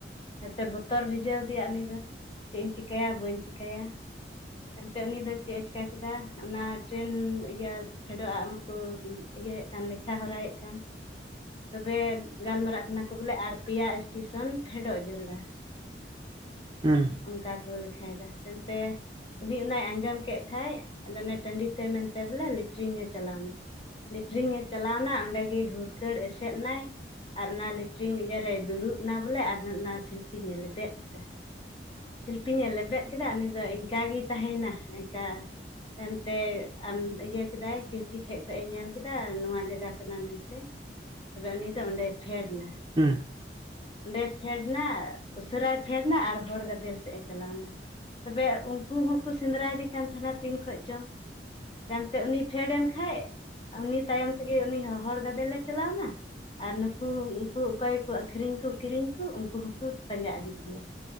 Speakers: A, on the left; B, on the right.
A: ᱦᱳᱭᱛᱚ ᱵᱚᱛᱚᱨ ᱵᱷᱤᱡᱟᱹᱣ ᱟᱫᱮᱭᱟ ᱩᱱᱤ ᱫᱚ᱾ ᱪᱮᱫ ᱤᱧ ᱪᱤᱠᱟᱭᱟ ᱵᱟᱹᱧ ᱪᱤᱠᱟᱭᱟ। ᱮᱱᱛᱮ ᱩᱱᱤ ᱫᱚ ᱪᱮᱫ ᱮ ᱪᱤᱠᱟ ᱠᱮᱫᱟ? ᱚᱱᱟ ᱴᱨᱮᱱ ᱤᱭᱟᱹ ᱯᱷᱮᱰᱚᱜ ᱟᱜ ᱢᱟᱠᱚ ᱤᱭᱟᱹᱭᱮᱫ ᱠᱟᱱ ᱞᱮᱠᱷᱟ ᱦᱚᱨᱟᱭᱮᱫ ᱠᱟᱱ᱾ ᱛᱚᱵᱮ ᱜᱟᱞᱢᱟᱨᱟᱜ ᱠᱟᱱᱟ ᱠᱚ ᱵᱚᱞᱮ ᱟᱨ ᱯᱮᱭᱟ ᱮᱥᱴᱮᱥᱚᱱ ᱯᱷᱮᱰᱚᱜ ᱡᱟᱨᱩᱲᱟ
B: ᱦᱩᱸ
A: ᱚᱱᱠᱟ ᱠᱚ ᱞᱮᱠᱷᱟᱭᱮᱫᱟ ᱮᱱᱛᱮ ᱩᱱᱤ ᱚᱱᱟᱭ ᱟᱸᱡᱚᱢ ᱠᱮᱫ ᱠᱷᱟᱡ ᱟᱫᱚ ᱚᱱᱮ ᱴᱟᱺᱰᱤᱛᱮ ᱢᱮᱱᱛᱮ ᱵᱚᱞᱮ ᱞᱮᱴᱨᱤᱝ ᱮ ᱪᱟᱞᱟᱣ ᱮᱱᱟ। ᱞᱮᱴᱨᱤᱝᱮ ᱪᱟᱞᱟᱣᱱᱟ ᱚᱸᱰᱮᱜᱮ ᱦᱩᱨᱠᱟᱹᱲ ᱮᱥᱮᱫ ᱮᱱᱟᱭ। ᱟᱨ ᱚᱱᱟ ᱞᱮᱴᱨᱤᱝ ᱤᱭᱟᱹ ᱨᱮ ᱫᱩᱲᱩᱵ ᱮᱱᱟ ᱵᱚᱞᱮ ᱟᱨ ᱚᱱᱟ ᱥᱤᱞᱯᱤ ᱧᱮ ᱞᱮᱵᱮᱫ ᱮᱫᱟ। ᱥᱤᱞᱯᱤᱧ ᱮ ᱞᱮᱵᱮᱫ ᱠᱮᱫᱟ ᱩᱱᱤ ᱫᱚ ᱤᱱᱠᱟᱜᱮ ᱛᱟᱦᱮᱱᱟ। ᱤᱱᱠᱟ ᱼᱼ ᱮᱱᱛᱮ ᱟᱢ ᱤᱭᱟᱹ ᱠᱮᱫᱟᱭ ᱠᱷᱤᱲᱠᱤ ᱴᱷᱮᱡ ᱠᱷᱚᱡ ᱮ ᱧᱮᱞ ᱠᱮᱫᱟ ᱱᱚᱣᱟ ᱡᱟᱭᱜᱟ ᱠᱟᱱᱟ ᱢᱮᱱᱛᱮ। ᱛᱚᱵᱮ ᱩᱱᱤ ᱫᱚ ᱚᱸᱰᱮ ᱯᱷᱮᱰ ᱮᱱᱟ।
B: ᱦᱮᱸ <inaudible>
A: ᱚᱸᱰᱮ ᱯᱷᱮᱰ ᱮᱱᱟ ᱩᱥᱟᱹᱨᱟᱭ ᱯᱷᱮᱰ ᱮᱱᱟ ᱟᱨ ᱦᱚᱲ ᱜᱟᱫᱮᱞ ᱥᱮᱫ ᱮ ᱪᱟᱞᱟᱣ ᱮᱱᱟ। ᱛᱚᱵᱮ ᱩᱱᱠᱩ ᱦᱚᱸᱠᱚ ᱥᱮᱸᱫᱽᱨᱟᱭᱮᱫᱮ ᱠᱟᱱ ᱛᱟᱦᱮᱱᱟ ᱛᱤᱱ ᱠᱷᱚᱡ ᱪᱚᱝ᱾ ᱛᱟᱭᱚᱢᱛᱮ ᱩᱱᱤ ᱯᱷᱮᱰ ᱮᱱ ᱠᱷᱟᱡ ᱼᱼ ᱩᱱᱤ ᱛᱟᱭᱚᱢ ᱛᱮᱜᱮ ᱩᱱᱤ ᱦᱚᱸ ᱦᱚᱲ ᱜᱟᱫᱮᱞᱮ ᱪᱟᱞᱟᱣᱱᱟ᱾ ᱟᱨ ᱱᱩᱠᱩ ᱩᱱᱠᱩ ᱚᱠᱚᱭ ᱠᱚ ᱼᱼ ᱟᱠᱷᱨᱤᱧ <unintelligible> ᱟᱠᱷᱨᱤᱧ ᱠᱚ ᱠᱤᱨᱤᱧ ᱠᱚ ᱩᱱᱠᱩ ᱦᱚᱸᱠᱚ ᱯᱟᱸᱡᱟ ᱤᱫᱤ ᱠᱮᱭᱟ᱾